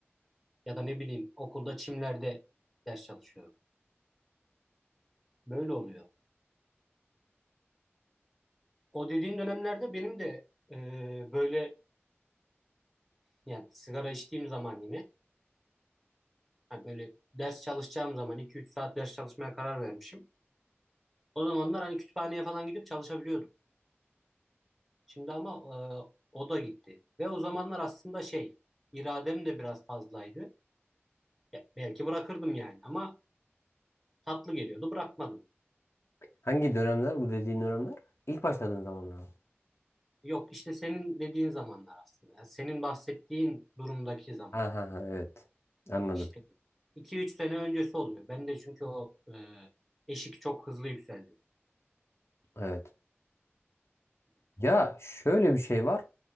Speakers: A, in the centre; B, on the left.
A: Ya da ne bileyim okulda çimlerde ders çalışıyorum. Böyle oluyor. O dediğin dönemlerde benim de e, böyle yani sigara içtiğim zaman yine hani böyle ders çalışacağım zaman iki üç saat ders çalışmaya karar vermişim. O zamanlar hani kütüphaneye falan gidip çalışabiliyordum. Şimdi ama e, o da gitti. Ve o zamanlar aslında şey iradem de biraz fazlaydı. Ya, belki bırakırdım yani ama tatlı geliyordu bırakmadım.
B: Hangi dönemler bu dediğin dönemler? İlk başladığın zamanlar mı?
A: Yok işte senin dediğin zamanlar aslında. Ya senin bahsettiğin durumdaki zaman.
B: Ha ha ha evet. Anladım.
A: İşte iki üç sene öncesi oluyor. Ben de çünkü o e, eşik çok hızlı yükseldi.
B: Evet. Ya şöyle bir şey var.